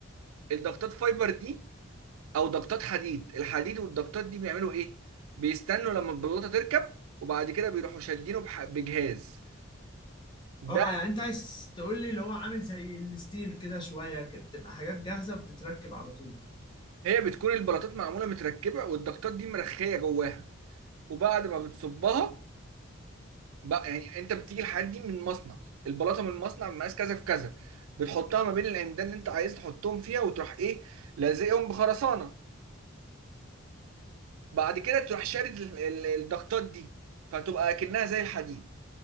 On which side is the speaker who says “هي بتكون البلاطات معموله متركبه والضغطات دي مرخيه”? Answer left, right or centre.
Right